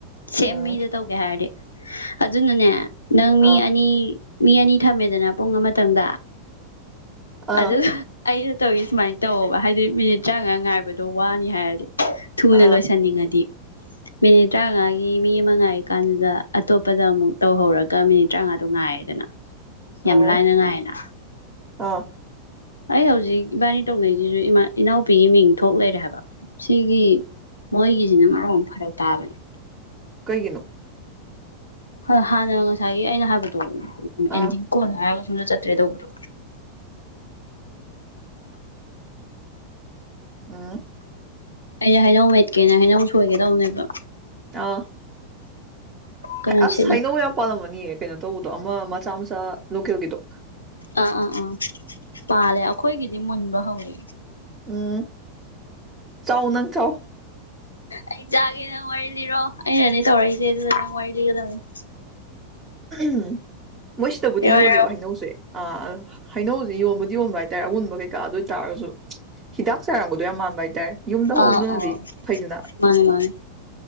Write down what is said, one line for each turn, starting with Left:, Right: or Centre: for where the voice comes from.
Left: ꯁꯦꯝ
Right: ꯎꯝ
Left: ꯃꯤꯗ ꯇꯧꯒꯦ ꯍꯥꯏꯔꯗꯤ ꯑꯗꯨꯅꯅꯦ ꯅꯪ
Right: ꯑꯥ
Left: ꯃꯤ ꯑꯅꯤ ꯃꯤ ꯑꯅꯤ ꯊꯝꯃꯦꯗꯅ ꯄꯨꯡ ꯑꯃ ꯈꯤꯇꯪꯗ
Right: ꯑꯥ
Left: ꯑꯗꯨ ꯑꯩꯅ ꯇꯧꯋ ꯁꯨꯃꯥꯏꯅ ꯇꯧꯕ ꯍꯥꯏꯗꯤ ꯃꯤꯅꯤꯠ ꯇꯔꯥꯉꯥ ꯉꯥꯏꯕꯗꯣ ꯋꯥꯅꯤ ꯍꯥꯏꯔꯗꯤ ꯊꯨꯅ
Right: ꯑꯥ
Left: ꯂꯣꯏꯁꯟꯅꯤꯡꯉꯗꯤ ꯃꯤꯅꯤꯠ ꯇꯔꯥꯃꯉꯥꯒꯤ ꯃꯤ ꯑꯃ ꯉꯥꯏꯔꯤ ꯀꯥꯟꯗꯨꯗ ꯑꯇꯣꯞꯄꯗ ꯑꯃꯨꯛ ꯇꯧꯍꯧꯔꯒ ꯃꯤꯅꯤꯠ ꯇꯔꯥꯃꯉꯥꯗꯣ ꯉꯥꯏꯌꯦꯦꯗꯅ
Right: ꯑꯣ
Left: ꯌꯃꯂꯅ ꯉꯥꯏꯅꯥ
Right: ꯑꯥ
Left: ꯑꯩ ꯍꯧꯖꯤꯛ ꯏꯕꯥꯅꯤ ꯇꯧꯅꯩꯁꯤꯁꯨ ꯏꯃꯥ ꯏꯅꯥꯎꯄꯤꯒꯤ ꯃꯤꯡ ꯊꯣꯛ ꯂꯩꯔꯦ ꯍꯥꯏꯕ ꯁꯤꯒꯤ ꯃꯣꯏꯒꯤꯁꯤꯅ ꯃꯔꯨꯞ ꯑꯃ ꯐꯔꯛ ꯇꯥꯕꯅꯦ
Right: ꯀꯩꯒꯤꯅꯣ
Left: ꯍꯣꯏ ꯍꯥꯟꯅ ꯉꯁꯥꯏꯒꯤ ꯑꯩꯅ ꯍꯥꯏꯕꯗꯣ
Right: ꯑꯥ
Left: ꯑꯦꯟꯗꯤꯡ ꯀꯣꯟ ꯍꯥꯏꯔꯒ ꯁꯨꯝꯗ ꯆꯠꯇ꯭ꯔꯦ ꯇꯧꯕꯗꯣ
Right: ꯎꯝ
Left: ꯑꯩꯅ ꯍꯩꯅꯧ ꯃꯦꯠꯀꯦꯅ ꯍꯩꯅꯧ ꯁꯣꯏꯒꯦꯗꯧꯅꯦꯕ
Right: ꯑꯥ
Left: ꯀꯩꯅꯣ
Right: ꯑꯁ
Left: ꯁꯤꯠꯂꯤ
Right: ꯍꯩꯅꯧ ꯌꯥꯝ ꯄꯥꯜꯂꯝꯃꯅꯤꯌꯦ ꯀꯩꯅꯣ ꯇꯧꯕꯗꯣ ꯑꯃ ꯃꯆꯥ ꯃꯆꯥ ꯂꯣꯀꯦꯜꯒꯤꯗꯣ
Left: ꯑꯥ ꯑꯥ ꯑꯥ ꯄꯥꯜꯂꯦ ꯑꯩꯈꯣꯏꯒꯤꯗꯤ ꯃꯨꯟꯕ ꯍꯧꯋꯦ
Right: ꯎꯝ ꯆꯥꯎ ꯅꯪ ꯆꯥꯎ
Left: ꯑꯩ ꯆꯥꯒꯦ ꯅꯪ ꯋꯥꯔꯤ ꯂꯤꯔꯣ ꯑꯩꯅꯅꯦ ꯇꯧꯔꯛꯏꯁꯦ ꯑꯗꯨꯗ ꯅꯪ ꯋꯥꯔꯤ ꯂꯤꯒꯗꯕꯅꯦ
Right: ꯎꯝ ꯃꯣꯏ ꯁꯤꯗꯕꯨꯗꯤ
Left: ꯂꯤꯔꯣ
Right: ꯌꯣꯜꯂꯦꯕ
Left: ꯂꯤꯔꯣ
Right: ꯍꯩꯅꯧꯁꯦ ꯑ ꯍꯩꯅꯧꯁꯦ ꯌꯣꯟꯕꯨꯗꯤ ꯌꯣꯟꯕ ꯍꯥꯏꯇꯥꯔꯦ ꯑꯎꯨꯟꯕ ꯀꯩꯀꯥ ꯑꯗꯨ ꯇꯥꯔꯁꯨ ꯍꯤꯗꯥꯛ ꯆꯥꯔꯝꯝꯕꯗꯣ ꯌꯥꯝ ꯃꯥꯟꯕ ꯍꯥꯏꯇꯥꯔꯦ ꯌꯨꯝꯗ
Left: ꯑꯥ
Right: ꯍꯧꯕꯗꯨꯅꯗꯤ
Left: ꯑꯥ
Right: ꯐꯩꯗꯅ
Left: ꯃꯥꯅꯦ ꯃꯥꯅꯦ